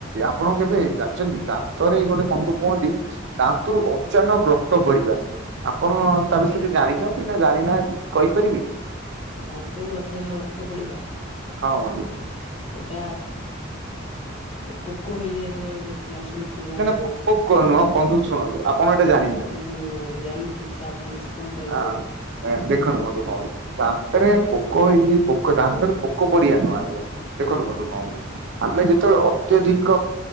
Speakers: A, on the right; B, on the left.
A: ଆପଣ କେବେ ଯାଚନ୍ତି‌ ଆ ଥରେ ଗୋଟେ ବନ୍ଧୁ କୁହନ୍ତି ଦାନ୍ତରୁ ଅଚାନକ୍ ରକ୍ତ ପଡିବା ଆପଣ ତା ବିଷୟରେ ଜାଣିଚନ୍ତି ନା ଜାଣି ନାହାନ୍ତି କହିପାରିବେ?
B: ଦାନ୍ତରୁ ଅଚାନକ୍ ରକ୍ତ ପଡିବା
A: ହଁ ବନ୍ଧୁ।
B: ସେଟା ପୋକ ହେଇଯାଏ ବେଳେବଳେ ଦେଖି ଜା- ଶୁଣି ସିଏ ଜାଣିଥିବେ
A: ନା ନା ପୋକ ନୁହଁ ବନ୍ଧୁ ଶୁଣନ୍ତୁ ଆପଣ ଏଇଟା ଜାଣିନାହାନ୍ତି
B: ମୁଁ ଜାଣିନି ଠିକ୍ ସେ ଆପଣ କିଛି କୁହନ୍ତୁ ତା ବିଷୟରେ।
A: ହଁ ଦେଖନ୍ତୁ ବନ୍ଧୁ କଣ ହଉଚି ଦାନ୍ତରେ ପୋକ ଏଇ ପୋକ ଦାନ୍ତରେ ପୋ କୋ ପଡିଆ ନୁହଁ ଆଜ୍ଞା ଦେଖନ୍ତୁ ମୁଁ ତମକୁ କଣ କହୁଛି ଆମେ ଯେତେବେଳେ ଅତ୍ୟଧିକ